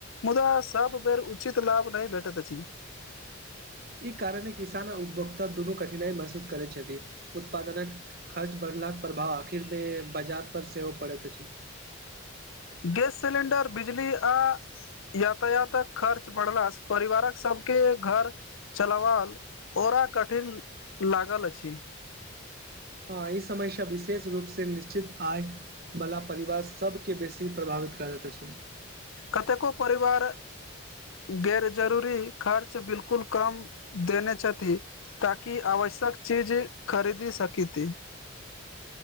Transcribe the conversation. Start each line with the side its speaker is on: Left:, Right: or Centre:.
Left: मुदा सब बेर उचित लाभ नहि भेटैत अछि
Right: ई कारण किसान आ उदभोक्ता दुनू कठिनाइ महसूस करै छथि उत्पादनक खर्च बढ़लाक प्रभाव आखिर मे बाजार पर सेहो पड़ैत अछि
Left: गेस सिलेंडर बिजली आ यातायातक खर्च बढ़लास परिवारक सबके घर चलावाल ओरा कठिन लागल अछि
Right: ह ई समस्या विशेष रूप से निश्चित आय वाला परिवार सबके बेसी प्रभावित करैत अछि
Left: कतेको परिवार गैर जरूरी खर्च बिल्कुल कम देने छथि ताकि आवश्यक चीज खरीदी सकिति